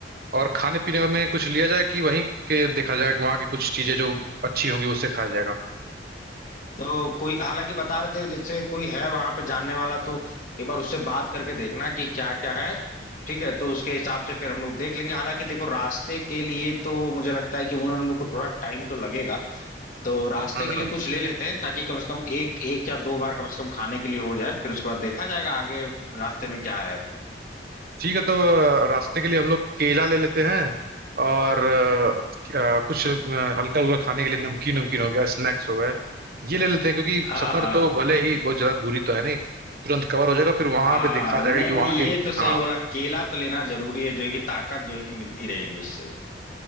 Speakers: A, on the right; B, on the left.
A: और खाने पीने में कुछ लिया जाए कि वहीं के देखा जाएगा कि वहाँ की कुछ चीजें जो अच्छी होंगी उससे खाया जाएगा
B: तो कोई हालांकि बता रहे थे जैसे कोई है वहां पे जानने वाला तो एक बार उससे बात करके देखना कि क्या क्या है ठीक है तो उसके हिसाब से फिर हम लोग देख लेंगे हालांकि देखो रास्ते के लिए तो मुझे लगता है कि उन्होंने हम लोग को थोड़ा टाइम तो लगेगा तो रास्ते
A: हम्म।
B: के लिए कुछ ले लेते हैं ताकि कम से कम एक एक या दो बार कम से कम खाने के लिए हो जाए फिर उसके बाद देखा जाएगा आगे रास्ते में क्या है
A: ठीक है तब अ, रास्ते के लिए हम लोग केला ले लेते हैं और अ, अ, कुछ हल्का हल्का खाने के लिए नमकीन नमकीन हो गया स्नैक्स हो गए ये ले लेते हैं क्योंकि
B: हाँ
A: सफर
B: हाँ
A: तो भले ही बहुत ज्यादा दूरी तो है नहीं तुरंत कवर हो जाएगा फिर वहां
B: हाँ
A: पे देखा जाएगा
B: नहीं
A: कि
B: नहीं
A: वहां की
B: ये तो सही
A: हाँ
B: बोला केला तो लेना जरूरी है जो है कि ताकत जो है कि मिलती रहेगी उससे